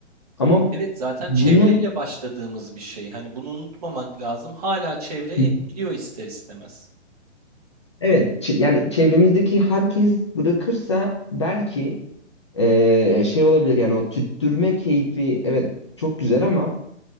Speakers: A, on the left; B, on the right.
A: Ama
B: Evet zaten
A: bunun
B: çevreyle başladığımız bir şey. Hani bunu unutmamak lazım. Hala çevre etkiliyor
A: <laughs>
B: ister istemez.
A: Evet, çe- yani çevremizdeki herkes bırakırsa belki eee, şey olabilir yani o tüttürme keyfi evet çok güzel ama